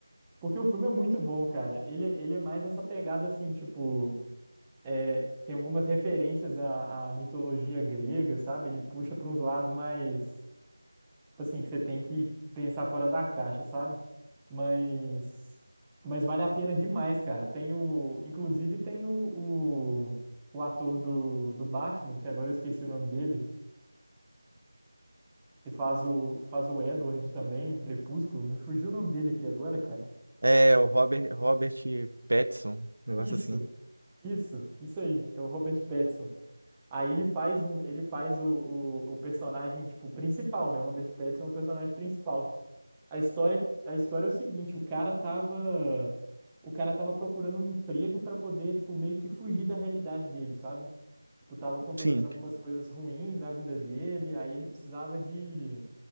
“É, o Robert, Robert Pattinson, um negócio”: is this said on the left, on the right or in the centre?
Right